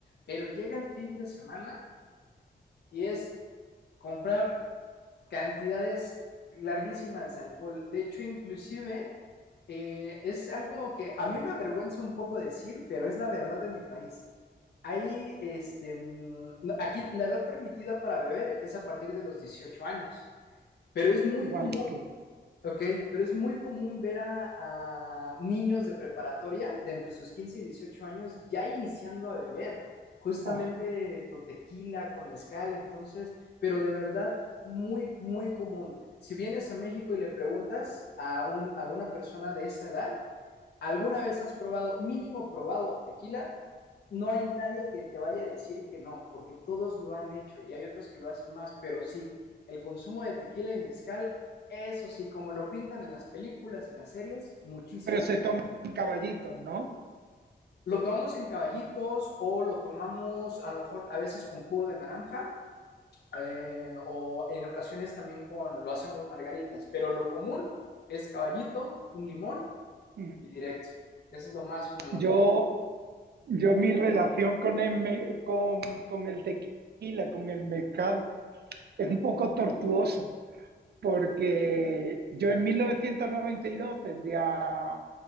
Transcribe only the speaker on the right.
Igual
que.
oh,
Pero se toman caballitos, ¿no?
Mm.
Yo, yo mi relación con el, me- con, con el tequila, con el mezcal, es un poco tortuosa, porque yo en 1992 tendría